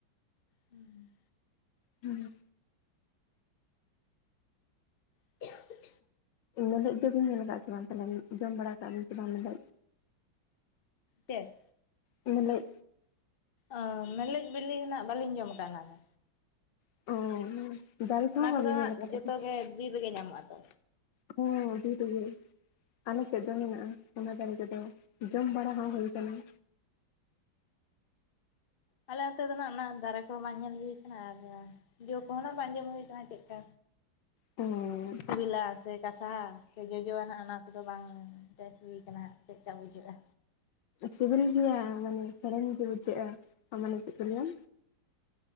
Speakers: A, on the left; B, on the left.
A: ᱦᱩᱸ
B: ᱦᱮᱸ
A: <inaudible>
B: ᱢᱮᱱ ᱞᱮᱫ ᱡᱚ ᱵᱮᱱ ᱧᱮᱞ ᱟᱠᱟᱫᱼᱟ ᱥᱮ ᱵᱟᱝ ᱛᱟᱦᱚᱞᱮ ᱡᱚᱢ ᱵᱟᱲᱟ ᱠᱟᱜ ᱟᱵᱮᱱ ᱥᱮ ᱵᱟᱝ ᱢᱮᱱ ᱞᱮᱫ
A: ᱪᱮᱫ
B: ᱢᱮᱞᱮᱡ
A: ᱚ ᱢᱮᱞᱮᱡ ᱵᱤᱞᱤ ᱚ ᱦᱟᱸᱜ ᱵᱟᱹᱞᱤᱧ ᱡᱚᱢ ᱠᱟᱜ ᱚᱱᱟ ᱫᱚᱼᱼ
B: <unintelligible>
A: ᱚᱱᱟ
B: ᱵᱟᱵᱤᱱ
A: ᱠᱚ ᱫᱚ
B: ᱧᱮᱞ
A: ᱦᱟᱸᱜ
B: ᱟᱠᱟᱫ ᱛᱟᱯᱮ
A: ᱡᱚᱛᱚᱜ ᱜᱮ ᱵᱤᱨ ᱨᱮ ᱜᱮ ᱧᱟᱢᱚᱜ ᱟ ᱛᱚ
B: ᱚ ᱵᱤᱨ ᱨᱮ ᱜᱮᱼᱼ ᱟᱞᱮ ᱥᱮᱫ ᱫᱚ ᱢᱮᱱᱟᱜᱼᱟ ᱚᱱᱟ ᱫᱟᱨᱮ ᱠᱚ ᱫᱚ ᱡᱚᱢ ᱵᱟᱲᱟ ᱦᱚᱸ ᱦᱩᱭ ᱟᱠᱟᱱᱟ
A: ᱟᱞᱮ ᱟᱹᱛᱩ ᱫᱚ ᱱᱟᱜ ᱚᱱᱟ ᱫᱟᱨᱮ ᱠᱚ ᱦᱚᱸ ᱵᱟᱝ ᱧᱮᱞ ᱦᱩᱭ ᱠᱟᱱᱟ ᱟᱨ ᱡᱚ ᱠᱚᱦᱚᱸ ᱱᱟᱜ ᱵᱟᱝ ᱡᱚᱢ ᱦᱩᱭ ᱟᱠᱟᱱᱟ ᱪᱮᱫᱠᱟ
B: ᱦᱮᱸ
A: ᱥᱤᱵᱤᱞᱟ ᱥᱮ ᱠᱟᱥᱟ ᱥᱮ ᱡᱚᱡᱚᱣᱟᱜ ᱱᱟᱦᱟᱜ ᱚᱱᱟ ᱠᱚ ᱫᱚ ᱵᱟᱝᱼᱼ ᱴᱮᱥ ᱦᱩᱭ ᱟᱠᱟᱱᱟ ᱪᱮᱫ ᱠᱟ ᱵᱩᱡᱷᱟᱹᱜᱼᱟ
B: ᱥᱤᱵᱤᱞ ᱜᱮᱭᱟ ᱢᱟᱱᱮ ᱦᱮᱲᱮᱢ ᱜᱮ ᱵᱩᱡᱷᱟᱹᱜᱼᱟ ᱢᱟᱱᱮ ᱪᱮᱫ ᱠᱚ ᱞᱟᱹᱭᱟ